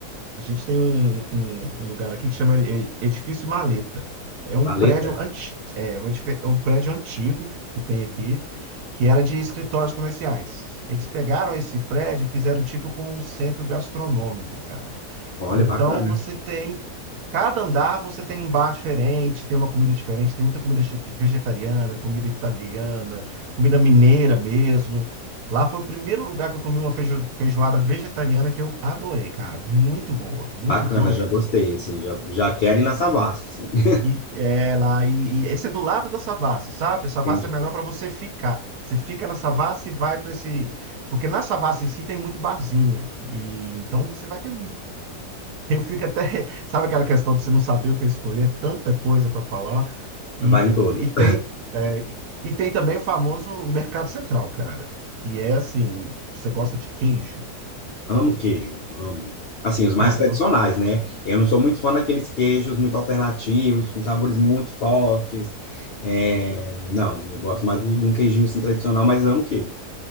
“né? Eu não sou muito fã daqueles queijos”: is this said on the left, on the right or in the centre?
Left